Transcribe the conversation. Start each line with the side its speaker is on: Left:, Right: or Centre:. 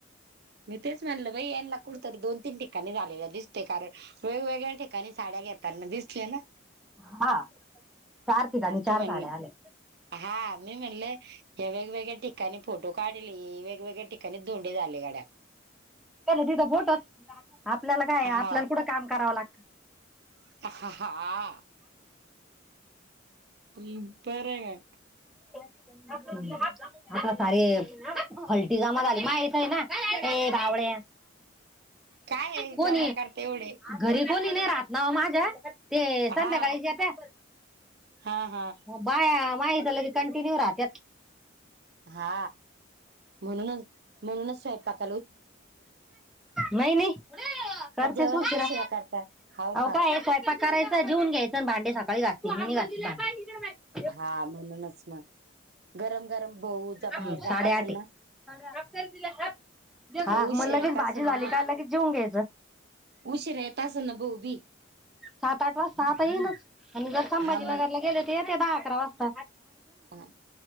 Right: मी तेच म्हणल बाई यांना कुठतरी दोन तीन ठिकाणी झालेल्या दिसते कारण वेगवेगळ्या ठिकाणी साड्या घेतातना दिसल्या ना.
Centre: हा. चार ठिकाणी
Right: म
Centre: चार
Right: तमणे
Centre: साड्या आल्या
Right: हा मी मल या वेगवेगळ्या ठिकाणी फोटो काढली वेगवेगळ्या ठिकाणी दधोंडे झाले गाड्या
Centre: तिथं बोटच आपल्याला काय
Right: हा
Centre: आपल्याला कुठं काम करावं लागत.
Right: हा. ह् बरंग.
Centre: आता सार फलटी जमा झाली माहीच आहे ना. ए बावळे
Right: काय आहे
Centre: हो.
Right: जमा करते एवढे
Centre: घरी कोणी नाही राहत ना माझ्या ते संध्याकाळीू
Right: हा हा हा
Centre: बाया माहितलं की कंटिन्यू राहत.
Right: हा म्हणूनच म्हणूनच स्वयंपाक.
Centre: नाही नाही. करतेसूचरा
Right: का जेवणच उशिरा करता हाव का
Centre: काय सा प करायच जेऊन घ्यायचं भांडे सकाळी गासतील म्ह ग.
Right: हा म्हणूनच मग गरम गरम भाऊ ज
Centre: हम्म,
Right: बाहेर
Centre: साडेआठ
Right: जात असेल ना.
Centre: हा
Right: भाऊ उशिरा
Centre: मग लगेच
Right: येत
Centre: भाजी
Right: असेल
Centre: झाली
Right: ना मग
Centre: का लगेच जेऊन घ्यायचं.
Right: उशिरा येत असेल ना भाऊ बी
Centre: सात आठ वाज सात येईनच आणि जर संभाजीनग
Right: हा मग
Centre: येते द अकरा वाज
Right: हा